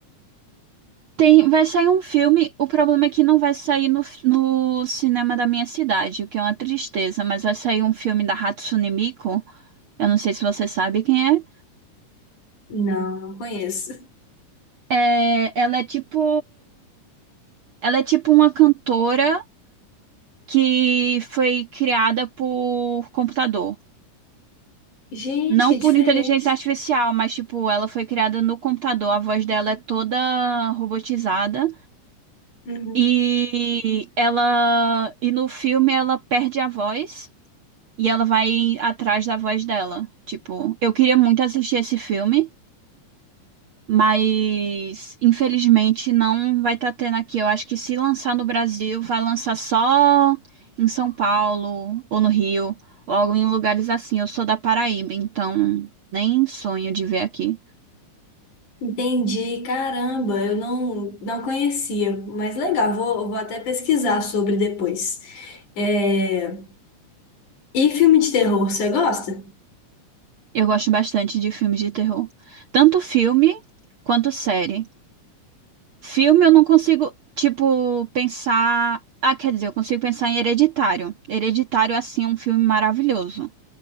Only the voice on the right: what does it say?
Tem, vai sair um filme, o problema é que não vai sair no, no cinema da minha cidade, o que é uma tristeza, mas vai sair um filme da Hatsune Miku, eu não sei se você sabe quem é.
É, ela é tipo, ela é tipo uma cantora que foi criada por computador.
Não
por
inteligência artificial, mas tipo, ela foi criada no computador. A voz dela é toda robotizada
e ela e no filme ela perde a voz e ela vai atrás da voz dela. Tipo, eu queria muito assistir esse filme. Mas, infelizmente, não vai estar tendo aqui. Eu acho que se lançar no Brasil, vai lançar só em São Paulo ou no Rio, ou em lugares assim. Eu sou da Paraíba, então nem sonho de ver aqui.
Eu gosto bastante de filmes de terror, tanto filme quanto série. Filme eu não consigo, tipo, pensar. Ah, quer dizer, eu consigo pensar em Hereditário. Hereditário, assim, é um filme maravilhoso.